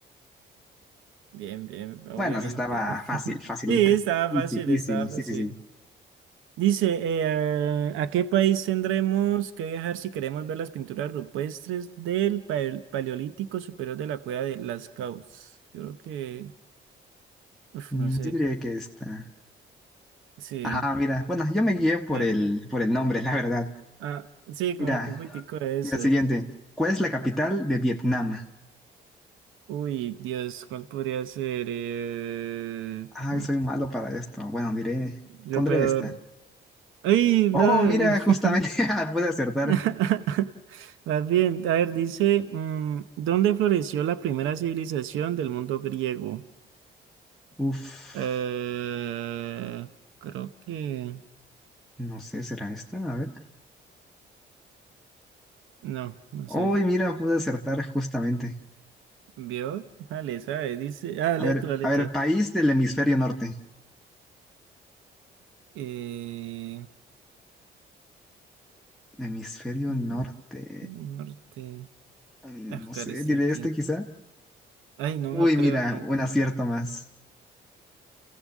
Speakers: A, on the right (about 90°); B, in the centre.
A: bien, bien, obviamente.
B: Bueno, se estaba
A: <laughs>
B: fácil, facilita.
A: Sí, estaba
B: Easy,
A: fácil,
B: easy,
A: estaba fácil.
B: sí, sí, sí.
A: Dice, eh, ¿a qué país tendremos que viajar si queremos ver las pinturas rupestres del pal- Paleolítico Superior de la cueva de Las Caus? Yo creo que, uf,
B: Mm,
A: no sé,
B: Yo diría que esta.
A: sí,
B: Ah, mira, bueno, yo me guié por
A: la-
B: el, por el nombre, la verdad.
A: ah, sí, como
B: Mira,
A: que un poquitico de eso.
B: Mira, siguiente. ¿Cuál es la capital de Vietnam?
A: Uy, Dios, ¿cuál podría ser? Eh,
B: Ay,
A: mm,
B: soy malo para esto. Bueno, diré,
A: yo
B: pondré
A: peor.
B: esta.
A: ¡Ay, no!
B: Oh, mira,
A: <laughs>
B: justamente <laughs> ah, pude acertar.
A: <laughs> Más bien, a ver, dice, mm, ¿dónde floreció la primera civilización del mundo griego?
B: Uf,
A: Eh, creo que...
B: no sé, ¿será esta? A ver.
A: No, no
B: Oh,
A: sé.
B: mira, pude acertar justamente.
A: ¿Vio? Dale, sabe, dice... Ah, dale
B: A ver,
A: tú, dale
B: a ver,
A: tú.
B: país del hemisferio norte.
A: Eh,
B: Hemisferio
A: mm,
B: norte.
A: norte...
B: Mm,
A: Ah,
B: No
A: cara,
B: sé,
A: está
B: diré
A: aquí.
B: este quizá.
A: Ay, no
B: Uy,
A: me lo creo,
B: mira,
A: como
B: un
A: que...
B: acierto más.